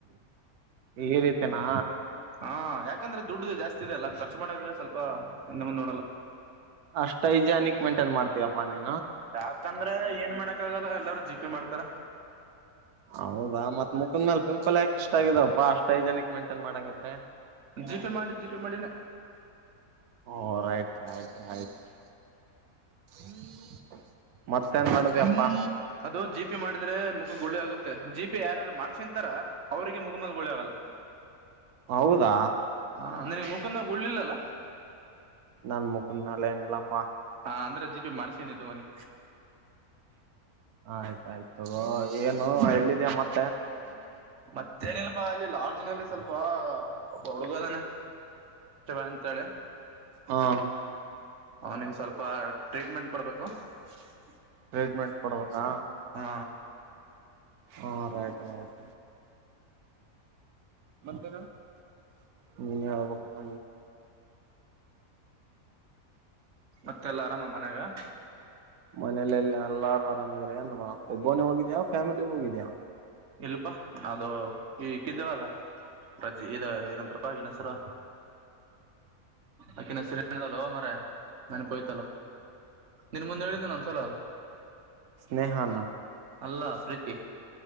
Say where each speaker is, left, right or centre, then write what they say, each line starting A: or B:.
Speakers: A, on the right; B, on the right.
A: ಈ ರೀತಿನಾ
B: ಹಾ ಯಾಕಂದ್ರೆ ದುಡ್ಡ ಜಾಸ್ತಿ ಇದೆ ಅಲ್ಲ ಖರ್ಚು ಮಾಡಾಗ ಸ್ವಲ್ಪ ಇನ್ನ ಹಿಂದ ಮುಂದ್ ನೋಡಲ್ಲ
A: ಅಷ್ಟ್ ಐಜಾನಿಕ್ ಮೈನ್ಟೈನ್ ಮಾಡ್ತೀಯಪ್ಪಾ ನೀ
B: ಯಾಕಂದ್ರೆ ಏನ್ ಮಾಡಕ್ ಆಗಲ್ಲ ಎಲ್ಲಾರ ಜಿ ಜೀಬ್ ಮಾಡ್ತಾರ
A: ಹೌದಾ ಮತ್ ಮುಖದ ಮೇಲೆ ಪಿಂಪಲ್ ಯಾಕ ಇಷ್ಟ ಆಗಿದವಪ್ಪಾ ಅಷ್ಟ್ ಹೈಜೆನ್ಕ್ ಮೇಂಟೇನ್ ಮಾಡಂಗಿದ್ರೆ
B: ಜಿ ಪೇ ಮಾಡಿ ಜಿ ಪೇ ಮಾಡಿನ
A: ಓ ರೈಟ್ ರೈಟ್ ರೈಟ್ <unintelligible>
B: ಮತ್
A: ಮಾಡ್ದಪ್ಪಾ
B: ಅದು ಜಿ ಪಿ ಮಾಡಿದ್ರೆ ಮುಖ ಗುಳಿ ಆಗುತ್ತೆ ಜಿ ಪಿ ಯಾರ್ಯಾರು ಮಾಡಿಸಂತರ ಅವ್ರಿಗೆ ಮುಖದ ಮೇಲೆ ಗುಳ್ಳಿ ಆಗಲ್ಲ
A: ಹೌದಾ
B: ಹಾ ನಿನಗೆ ಮುಖದ ಮೇಲೆ ಗುಳ್ಳಿ ಇಲ್ಲಲ್ಲ
A: ನನ್ ಮುಖದ ಮೇಲೆ ಏನಿಲ್ಲಪ್ಪ
B: ಹ ಅಂದ್ರೆ ಜಿ ಪಿ ಮಾಡ್ಸೇನಿ ತಗೋಿ
A: ಹ ಆಯ್ತಾಯಯ್ತದ ಏನು ಎಲ್ಲಿದೆ ಮತ್ತ
B: ಮತ್ತೇನಲ್ಪಾ ಅಲ್ಲಿ ಲಾಲ್ಜನಲ್ಲಿ ಸ್ವಲ್ಪ ಹುಡುಗರನ್ನ ಅಂತೇಳಿ
A: ಹಾ
B: ಅವನಿಗೆ ಸ್ವಲ್ಪ ಟ್ರೀಟ್ಮೆಂಟ್ ಕೊಡ್ಬೇಕು ಹ
A: ಟ್ರೀಟ್ಮೆಂಟ್ ಕೊಡ್ಬೇಕಾ
B: ಹಾ
A: ಹಾ ರೈಟ್ ರೈಟ್ ಮತ್ತೇನು ಹೇಳು ನೀನೆ ಹೇಳಬೇಕಪ್ಪ
B: ಮತ್ತೆಲ್ಲ ಆರಾಮ ಮನ್ಯಾಗ
A: ಮನಲೆಲ್ಲ ಎಲ್ಲಾರು ಆರಾಮ್ ಇದರ್ ಒಬ್ಬನ ಹೋಗಿದ್ಯಾ ಫ್ಯಾಮಿಲಿ ಒಬ್ನೆ ಹೋಗಿದ್ದೀಯಾ
B: ಇಲ್ಪಾ ಅದು ಈ ಇಕಿ ಇದ್ದಳಲ್ಲ ರಜೆ ಇದ ಏನಂತಪ್ಪಾ ಈ ಕಿನ ಹೆಸರು ಅಕಿನ ಹೆಸರು ಏನು ಆದಲು ಮಾರಾಯ ನೆನಪೊಯ್ತಲ್ಲ ನಿನ್ ಮುಂದೆ ಹೇಳಿಲ್ಲ ಒಂದು ಸಲ
A: ಸ್ನೇಹಾನ
B: ಅಲ್ಲ ಪ್ರೀತಿ